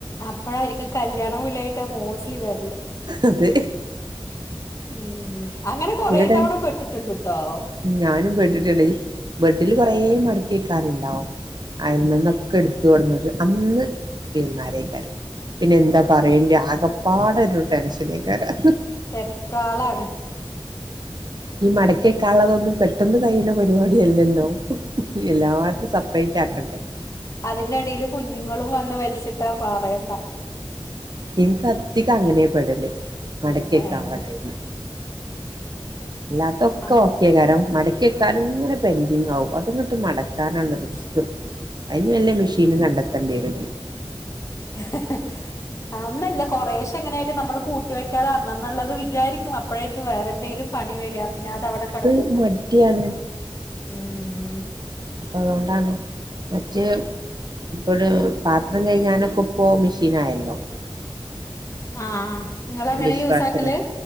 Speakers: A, on the left; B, on the right.
A: അപ്പഴായിരിക്കും കല്യാണം വിളിയാട്ട് മോസ്റ്റ്ലി വ
B: അതെ
A: ഉം അങ്ങനെ കൊറേ
B: ചില ടൈം
A: തവണ പെട്ട്ട്ടിണ്ട്ട്ടോ
B: ഞാനും പെട്ട്ട്ടിണ്ട് ബെഡ്ഡ്ല് കൊറേ മട‌ക്കി വെക്കാനിണ്ടാവും. അയ്മ്മെന്നൊക്കെ ഇട് ത്ത് കൊണ്ടന്നത് അന്ന് വിര്ന്നാരെയ്ക്കാരം. പിന്നെന്താ പറയണ്ട്യെ ആകപ്പാടൊരു ടെൻഷനെയ്ക്കാരം
A: വെപ്രാളാണ്
B: ഈ മട‌ക്കി വെക്കാള്ളതൊന്നും പെട്ടന്ന് കഴിയണ പരിപാടിയല്ലല്ലോ. എല്ലാരതും സപ്രൈറ്റാക്കണ്ടെ.
A: അതിന്റെടീല് കുഞ്ഞ്ങ്ങളും വന്ന് വലിച്ചിട്ടാ പറയണ്ട.
B: ഇൻക്കതികങ്ങനെ പെടല് മടക്കി വെക്കാനെള്ള
A: ഏഹ്
B: ടൈമ് അല്ലാത്തൊക്കെ
A: അങ്ങനെ
B: ഓക്കെയ്ക്കാരം മട‌ക്കി വെ തലങ്ങനെ പെന്റിങ്ങാവും അതങ്ങട്ട് മടക്കാനാണ് റിസ്ക്ക് അയ്ന് വെല്ലെ
A: ഉം
B: മിഷീനും
A: ഉം
B: കണ്ടെ ത്തെണ്ടിവരും
A: <inaudible> അവൊന്നല്ല. കൊറേഷെങ്ങനെ ആയത് നമ്മള് കൂട്ടി വെയ്ക്കാതെ അന്ന്ന്നിള്ളത് വിചാരിക്കും അ പ്പഴായിരിക്കും വേറെന്തേലും പണി വരാ പിന്നതവടെ കടക്കും
B: ത് മടിയാണ്
A: പിൻ ഉം
B: അപ്പ അതുകൊണ്ടാണ് മറ്റേ ഇപ്പഴ് പാത്രം കഴുകാനൊക്കൊ പോവാൻ മിഷീനായല്ലോ
A: ആഹ് ഇങ്ങളങ്ങനേ
B: ഡിഷ്
A: യൂസാക്കല്
B: വാഷർ